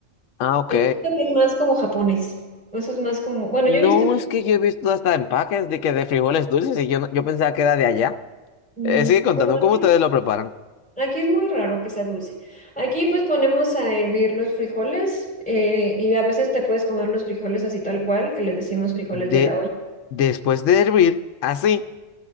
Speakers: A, on the left; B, in the centre.
A: Ah, ok.
B: Es que es más como japonés. Eso es más como, bueno,
A: No,
B: yo he visto,
A: es que yo he visto hasta empaques de que de frijoles dulces y yo, no- yo pensaba que era de allá.
B: no,
A: Eh, sigue contando
B: bueno, aquí,
A: cómo ustedes lo preparan.
B: aquí es muy raro que sea dulce. Aquí pues ponemos a hervir los frijoles eh, y a veces te puedes comer los frijoles así tal cual, que les decimos frijoles
A: De,
B: de la olla.
A: después de hervir, así.